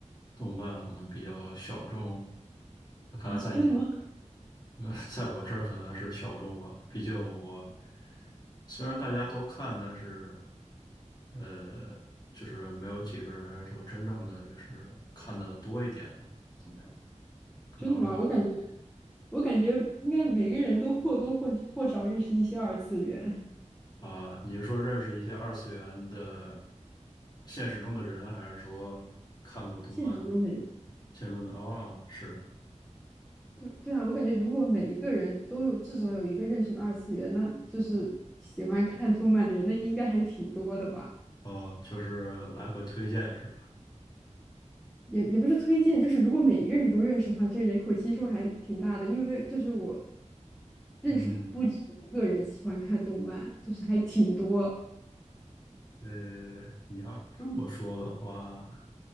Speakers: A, on the left (about 35°); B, in the centre.
A: 动漫可能比较小众。
B: 啊，
A: 看来在你
B: 真的吗？
A: 呃在我这儿可能是小众吧，毕竟我虽然大家都看，但是呃，就是没有几个人说真正的就是看的多一点的，怎么样？
B: <laughs>
A: 可能能
B: 真的吗？我感觉，我感觉应该每个人都或多或或少认识一些二次元，
A: 啊、你是说认识一些二次元的现实中的人，还是说看过动漫
B: 现实中的人。
A: 现实中的？哦，是
B: 对对啊，我感觉如果每一个人都有至少有一个认识的二次元，那就是喜欢看动漫的人，那应该还挺多的吧。
A: 哦，就是来回推荐是吧？
B: 也也不是推荐，就是如果每一个人都认识的话，这个人口基数还挺大的。因为就是我认识不止一个人喜欢看动漫，
A: 嗯，
B: 就是还挺多。
A: 呃，你要这么说的话，